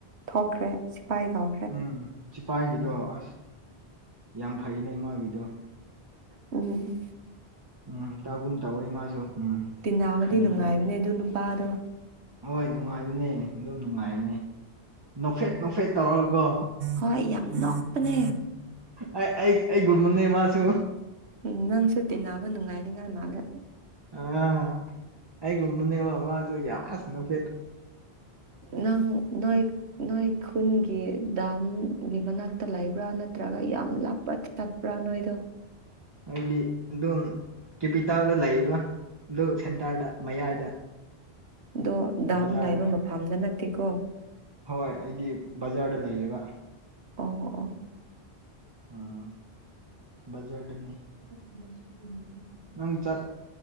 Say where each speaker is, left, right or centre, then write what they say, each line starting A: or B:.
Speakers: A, on the right; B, on the right.
A: ꯊꯣꯛꯈ꯭ꯔꯦ ꯁꯤꯐꯥꯏ ꯇꯧ
B: ꯎꯝ ꯆꯤꯄꯥꯏꯒꯤꯗꯣ ꯑꯁ ꯌꯥꯝ ꯐꯩꯅꯦ ꯃꯥꯒꯤꯗꯣ
A: ꯎꯝ
B: ꯎꯝ ꯇꯥꯒꯨꯝ ꯇꯧꯋꯦ ꯃꯥꯁꯨ ꯎꯝ
A: ꯇꯤꯟꯅꯕꯗꯤ
B: ꯈꯟꯕꯗꯣ
A: ꯅꯨꯡꯉꯥꯏꯕꯅꯦ ꯑꯗꯨ ꯅꯨꯄꯥꯗꯣ
B: ꯍꯣꯏ ꯅꯨꯡꯉꯥꯏꯕꯅꯦ ꯑꯗꯨꯝ ꯅꯨꯡꯉꯥꯏꯅꯤ ꯅꯣꯛꯐꯦꯠ ꯅꯣꯛꯐꯦꯠ ꯇꯧꯔꯒꯀꯣ
A: ꯍꯣꯏ ꯌꯥꯝ ꯅꯣꯛꯄꯅꯦ
B: ꯑꯩ ꯑꯩ ꯑꯩꯒꯨꯝꯕꯅꯦ ꯃꯥꯁꯨ
A: ꯎꯝ ꯅꯪꯁꯨ ꯇꯤꯟꯅꯕ ꯅꯨꯡꯉꯥꯏꯅꯤꯉꯥꯏ ꯃꯥꯜꯂꯦ
B: ꯑ ꯑꯩꯒꯨꯝꯕꯅꯦꯕ ꯃꯥꯖꯨ ꯌꯥꯝ ꯑꯁ ꯅꯣꯛ
A: ꯅꯪ ꯅꯣꯏ ꯅꯣꯏ ꯈꯨꯟꯒꯤ ꯗꯥꯝꯒꯤ ꯃꯅꯥꯛꯇ ꯂꯩꯕ꯭ꯔꯥ ꯅꯠꯇ꯭ꯔꯒ ꯌꯥꯝ ꯂꯥꯞꯄ ꯆꯠꯄ꯭ꯔꯥ ꯅꯣꯏꯗꯨ
B: ꯑꯩꯗꯤ ꯑꯗꯨꯝ ꯀꯦꯄꯤꯇꯥꯜꯗ ꯂꯩꯗ ꯑꯗꯨ ꯁꯦꯟꯇꯔꯗ ꯃꯌꯥꯏꯗ
A: ꯑꯗꯣ ꯗꯥꯝ
B: ꯕꯖꯥꯔꯗ
A: ꯂꯩꯕ ꯃꯐꯝꯗ ꯅꯠꯇꯦꯀꯣ
B: ꯍꯣꯏ ꯑꯩꯗꯤ ꯕꯖꯥꯔꯗ ꯂꯩꯌꯦꯕ
A: ꯑꯣ ꯑꯣ ꯑꯣ
B: ꯎꯝ ꯕꯖꯥꯔꯗꯅꯦ
A: <inaudible>
B: ꯅꯪ ꯆꯠ